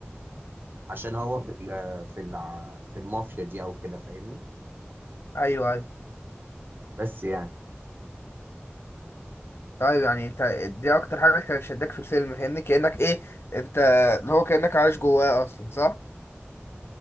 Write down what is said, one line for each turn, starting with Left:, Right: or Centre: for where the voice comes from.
Right: عشان هو في ال... في الع... في المافيا دي او كده فاهمني
Left: ايوه ايوه
Right: بس يعني
Left: طيب يعني انت دي اكتر حاجه كانت شداك في الفيلم فاهمني كانك ايه انت اللي هو كانك عايش جواه اصلا صح